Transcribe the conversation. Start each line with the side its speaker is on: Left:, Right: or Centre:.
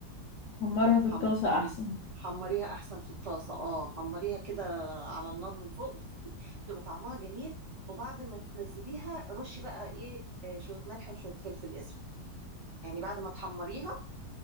Left: احمرها في
Right: حم
Left: الطاسة
Right: حم
Left: احسن
Right: حمريها احسن في الطاسه اه حمريها كده على النار من فوق بت- بتبقى طعمها جميل وبعد ما تنزليها رشي بقى ايه آه، شويه ملح وشويه فلفل اسود يعني بعد ما تحمريها